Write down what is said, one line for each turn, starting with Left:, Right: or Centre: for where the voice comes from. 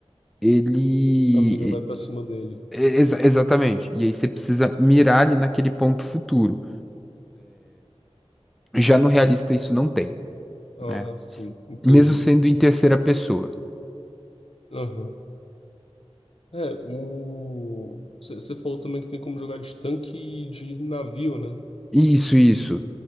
Centre: ele.
Left: a mira vai
Centre: e-
Left: pra cima dele.
Centre: exa- exatamente. E aí você precisa mirar ali naquele ponto futuro. Já no realista isso não tem,
Left: Ah,
Centre: né?
Left: sim, entendi.
Centre: Mesmo sendo em terceira pessoa.
Left: Aham. É, o. Você falou também que tem como jogar de tanque e de navio, né?
Centre: Isso, isso.